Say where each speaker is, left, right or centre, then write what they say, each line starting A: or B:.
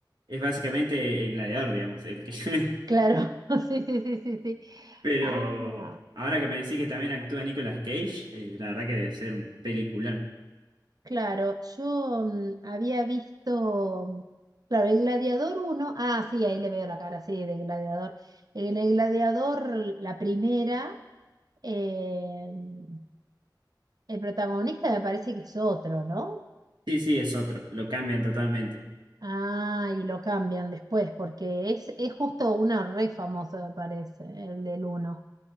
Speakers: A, on the right; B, on the right.
A: es básicamente el Gladiador, digamos, el que,
B: Claro, <laughs> sí, sí, sí, sí, sí.
A: Pero
B: Ah.
A: ahora que me decís que también actúa Nicolas Cage, eh, la verdad que debe ser un peliculón.
B: Claro, yo mm, había visto, mm, claro, el Gladiador uno, ah, sí, ahí le veo la cara, sí, de Gladiador. En el Gladiador, la primera, eh, mm, el protagonista me parece que es otro, ¿no?
A: Sí, sí, es otro, lo cambian totalmente.
B: Ah, y lo cambian después, porque es, es justo una re famosa, me parece, el del uno.